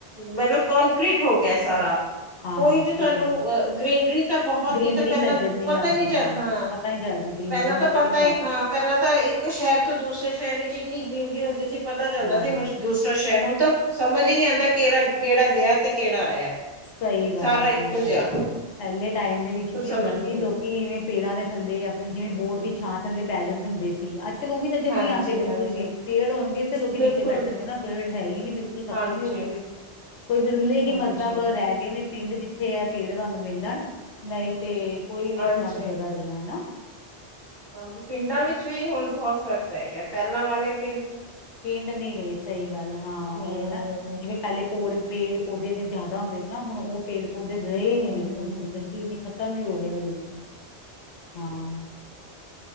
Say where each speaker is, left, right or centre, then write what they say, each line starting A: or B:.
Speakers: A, on the right; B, on the left.
A: ਮਤਲਬ ਕੋਂਕ੍ਰੀਟ ਹੋ ਗਿਆ ਸਾਰਾ
B: ਹਾਂ
A: ਕੋਈ
B: ਸਹੀ
A: ਵੀ ਤੁਹਾਨੂੰ
B: ਗੱਲ ਹੈ
A: ਅ ਗਰੀਨਰੀ ਤਾਂ ਬਹੁਤ
B: ਗ੍ਰੀਨਰੀ
A: ਹੀ ਤਾਂ ਪਹਿਲਾਂ
B: ਨਜ਼ਰ
A: ਪਤਾ
B: ਆਉਂਦੀ
A: ਹੀ ਨਹੀਂ ਚੱਲ ਹਾਂ
B: ਪਤਾ ਨੀ ਚੱਲਦੀ ਗ੍ਰੀਨਰੀ
A: ਪਹਿਲਾਂ ਤਾਂ
B: ਨਜ਼ਰ
A: ਪਤਾ
B: ਨਹੀਂ
A: ਹੀ
B: ਆਉਂਦੀ
A: ਹਾਂ ਪਹਿਲਾਂ ਤਾਂ ਇੱਕ ਸ਼ਹਿਰ ਤੋਂ ਦੂਸਰੇ ਸ਼ਹਿਰ ਹੀ ਕਿਨੀ ਗ੍ਰੀਨ ਨ੍ਰਰੀ ਹੁੰਦੀ ਸੀ। ਪਤਾ ਚੱਲਦਾ
B: ਹਾਂ
A: ਸੀ ਹੁਣ ਦੂਸਰਾ ਹੁਣ ਤਾਂ ਸਮਝ ਹੀ ਨੀ ਆਦਾ ਕਿਹੜਾ ਕਿਹੜਾ ਗਿਆ ਤੇ ਕਿਹੜਾ ਆਇਆ।
B: ਸਹੀ ਗੱਲ
A: ਸਾਰਾ
B: ਹੈ ਸਹੀ
A: ਇੱਕੋ
B: ਗੱਲ,
A: ਜਿਹਾ
B: ਪਹਿਲੇ ਟਾਈਮ ਦੇ ਵਿੱਚ
A: ਕੁਛ
B: ਕੀ
A: ਸਮਝ
B: ਹੁੰਦਾ
A: ਨਹੀਂ
B: ਸੀ ਲੋਕੀ ਜਿਵੇਂ ਪੇੜਾਂ ਦੇ ਥੱਲੇ ਆਪਣੇ ਜਿਵੇਂ ਬੋਰਡ ਦੀ ਛਾਂ ਥੱਲੇ ਬਹਿ ਜਾਂਦੇ ਹੁੰਦੇ ਸੀ। ਉਹ ਵੀ ਨਜ਼ਰ
A: ਹਾਂਜੀ
B: ਨੀ ਆਉਂਦੇ ਬਿਲਕੁਲ
A: ਹਾਂਜੀ
B: ਵੀ, ਪੇੜ ਹੋਣਗੇ ਤੇ ਲੋਕੀ
A: ਬਿਲਕੁਲ
B: ਨੀਚੇ ਬੈਠਣਗੇ ਨਾ ਪੇੜ ਹੈ ਹੀ ਨੀ ਬਿਲਕੁਲ
A: ਹਾਂਜੀ
B: ਖਤਮ ਹੀ ਹੋ ਗਏ ਪੇੜ ਕੋਈ ਵਿਰਲੇ
A: ਹਾਂਜੀ
B: ਹੀ ਮ <inaudible> ਪਿੰਡ ਜਿੱਥੇ ਹੈ ਪੈੜ ਤੁਹਾਨੂੰ ਮਿਲਣ ਨਹੀਂ ਤੇ ਕੋਈ ਨੀ
A: ਹਾਂਜੀ
B: ਇਸ ਤਰ੍ਹਾਂ ਦੀ ਜਗ੍ਹਾ ਰਹੀਆਂ ਹਨਾ
A: ਹਾਂਜੀ ਪਿੰਡਾਂ ਵਿੱਚ ਵੀ ਹੁਣ ਹੋ ਸਕਦਾ ਹੈਗਾ ਪਹਿਲਾਂ ਵਾਲੇ ਪ
B: ਪਿੰਡ ਨਹੀਂ ਰਹੇ ਸਹੀ ਗੱਲ ਹਾਂ
A: ਹਮ
B: ਹੀ ਨਾ ਜਿਵੇਂ ਪਹਿਲੇ ਪੌੜ ਪੇੜ -ਪੌਦੇੇ ਨੇ ਜ਼ਿਆਦਾ ਹੁੰਦੇ ਸੀ ਨਾ ਹੁਣ ਉਹ ਪੇੜ ਦੇ ਰਹੇ
A: ਹਮ
B: ਨੀ ਬਿਲਕੁਲ
A: ਹਮ
B: ਵੀ ਰਹੇ ਨੀ ਖ਼ਤਮ ਹੀ ਹੋ ਗਏ ਨੇ ਬਿਲਕੁਲ ਹਾਂ